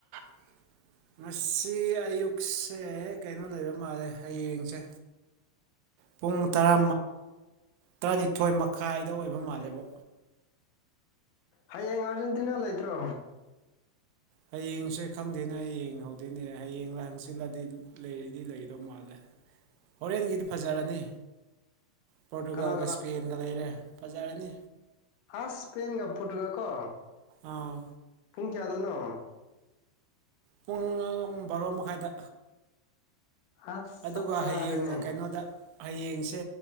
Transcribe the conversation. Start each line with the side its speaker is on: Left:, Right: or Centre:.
Right: <unintelligible> ꯉꯁꯤ ꯑꯌꯨꯛꯁꯦ ꯀꯩꯅꯣ ꯂꯩꯕ ꯃꯥꯜꯂꯦ ꯍꯌꯦꯡꯁꯦ ꯄꯨꯡ ꯇꯔꯥ ꯇꯔꯥꯅꯤꯊꯣꯏ ꯃꯈꯥꯏꯗ ꯑꯣꯏꯕ ꯃꯥꯜꯂꯦꯕ
Left: ꯍꯌꯦꯡ ꯑꯥꯔꯖꯦꯟꯇꯤꯅꯥ ꯂꯩꯇ꯭ꯔꯣ
Right: ꯍꯌꯦꯡꯁꯦ ꯈꯪꯗꯦꯅꯦ ꯑꯩ ꯌꯦꯡꯍꯧꯗꯣꯏꯅꯦ ꯍꯌꯦꯡꯂ ꯍꯪꯆꯤꯜꯂꯗꯤ ꯂꯩꯗꯤ ꯂꯩꯗꯧ ꯃꯥꯜꯂꯦ ꯍꯣꯔꯦꯟꯒꯤꯗꯤ ꯐꯖꯔꯅꯤ ꯄꯣꯔꯇꯨꯒꯥꯜꯒ
Left: ꯀꯅꯥ
Right: ꯏꯁꯄꯦꯟꯒ ꯂꯩꯔꯦ ꯐꯖꯔꯅꯤ
Left: ꯑꯁꯄꯦꯟꯒ ꯄꯨꯨꯠꯒ ꯀꯣ
Right: ꯑꯥ
Left: ꯄꯨꯡ ꯀꯌꯥꯗꯣꯏꯅꯣ
Right: ꯄꯨꯡ ꯕꯥꯔꯣ ꯃꯈꯥꯏꯗ
Left: ꯑꯁ
Right: ꯑꯗꯨꯒ
Left: ꯁꯞ ꯆꯔꯦꯅꯦ
Right: ꯍꯌꯦꯡꯅ ꯀꯩꯅꯣꯗ ꯍꯌꯦꯡꯁꯦ